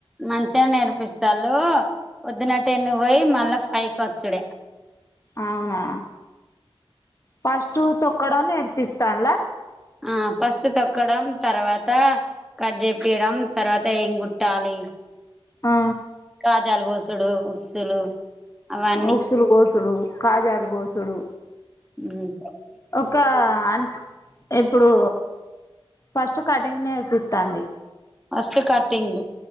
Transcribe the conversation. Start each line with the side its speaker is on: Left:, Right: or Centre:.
Centre: మంచిగా నేర్పిస్తళ పోద్దున టెన్కి పోయి మళ్ళా ఫైకి వచ్చుడే
Left: అవునా ఫస్ట్ తొక్కడం నేర్పిస్తానులా
Centre: ఆ ఫస్ట్ తొక్కడం తర్వాత కట్ జేపియడం తర్వాత ఏం కుట్టాలి
Left: ఆ
Centre: కాజాలు బోసుడు ఉక్సులు అవన్నీ
Left: ఉక్సులు గోసుడు కాజాలు గోసుడు
Centre: ఉమ్
Left: ఒక అంట్ ఇప్పుడు ఫస్ట్ కటింగ్ నేర్పిస్తాంది
Centre: ఫస్ట్ కటింగ్